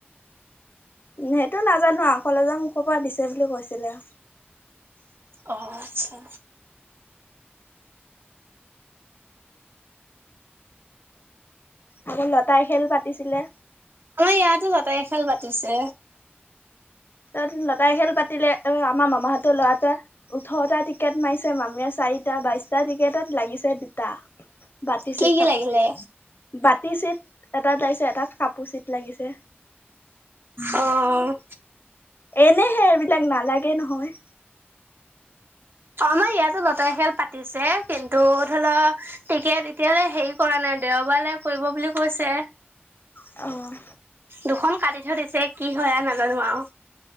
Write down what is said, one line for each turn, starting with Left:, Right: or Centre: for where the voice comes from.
Left: সেইটো নাজানো আৰু কলেজৰ মুখৰ পৰা দিছে বুলি কৈছিলে।
Right: অ' আচ্ছা।
Left: আকৌ লতাই খেল পাতিছিলে।
Right: সেয়াতো লতাই খেল পাতিছে।
Left: তাত লতাৰী খেল পাতিলে আমাৰ মামাহঁতৰ লৰাটোৱে ওঠৰটা টিকেট মাৰিছে, মামীয়ে চাৰিটা, বাইচটা টিকেটত লাগিছে দুটা। বাতি
Right: কি
Left: ছেট
Right: কি
Left: কাপোৰ
Right: লাগিলে
Left: ছেট, বাতি ছেট। এটাত লাগিছে এটাত কাপোৰ চিত। লাগিছে।
Right: অ'।
Left: এনেহে এইবিলাক নালাগে নহয়।
Right: অ আমাৰ ইয়াতো লতাৰী খেল পাতিছে, কিন্তু ধৰি লওক ক্ৰিকেট এতিয়ালৈ হেৰি কৰা নাই দেওবাৰলে কৰিব বুলি কৈছে।
Left: অ'।
Right: দুখন কাটি থৈ দিছে, কি হয় আৰু নাজানো আৰু।